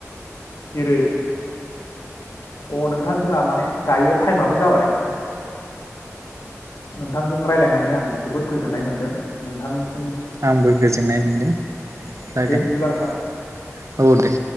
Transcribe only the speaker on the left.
जेरै अ नोंथांजोंहा माने दायो टाइमाबो जाबाय नोंथांजों रायलायनानै आं जोबोद गोजोननाय मोनदों नोंथां।
दे बिदिब्ला नोंथां